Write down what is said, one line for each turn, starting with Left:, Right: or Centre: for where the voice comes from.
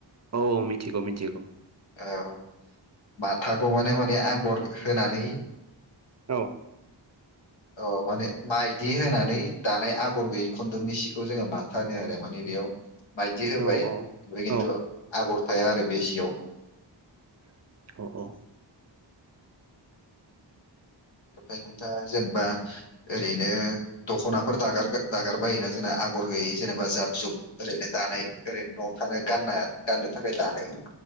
Right: औ औ मिथिगौ मिथिगौ।
Left: औ माथाखौ माने माने आ गर होनानै
Right: औ
Left: अ माने माइदि होनानै दानाय आगर गैयै खुन्दुंनि सिखौ जोङो माथा होनो आरो माने बेयाव माइदि होबाय
Right: औ
Left: फ्राय खिन्थु
Right: औ
Left: आगर थाया आरो बे जियाव
Right: औ औ
Left: ओमफ्राय नोंथां जेनेबा ओरैनो दख'नाफोर दागार दागार बायोना जोंना। आगर गैयै जेनेबा जाब जुब ओरैनो दानाय ओरैनो न'आव थानो गानना गाननो थाखाय दानाय।